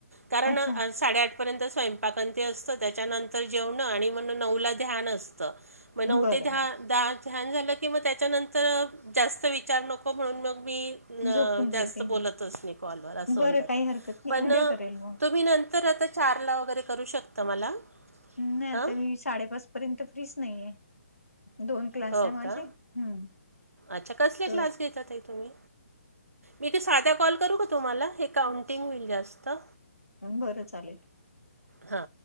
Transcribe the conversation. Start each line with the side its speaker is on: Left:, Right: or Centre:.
Right: कारण
Left: अच्छा
Right: साडेआठ र्यंत स्वयंपाक आणि ते असत त्याच्यानंतर जेवण आणि मग नऊला ध्यान असतं. मग नऊ
Left: बरं
Right: तेे दहा
Left: बरं
Right: दहा ध्यान झालं की मग त्याच्यानंतर जास्त विचार नको म्हणून मग मी न
Left: झोपून जाते
Right: जास्त बोलतच नाही कॉलवर असं
Left: बरं
Right: होत आता
Left: काही हरकत नाही
Right: पण
Left: उद्या करेल मग
Right: तुम्ही नंतर तर आता चारला वगैरे करू शकता मला.
Left: नाही आता
Right: हां
Left: मी साडेपाच पर्यंत फ्रीच नाही आहे दोन क्लास
Right: हो
Left: आहे माझे.
Right: का
Left: हम्म
Right: अच्छा कसले
Left: तर
Right: क्लास घेता ताई तुम्ही मी ते साधा कॉल करू का तुम्हाला हे काउंटिंग होईल जास्त.
Left: बरं चालेल.
Right: हा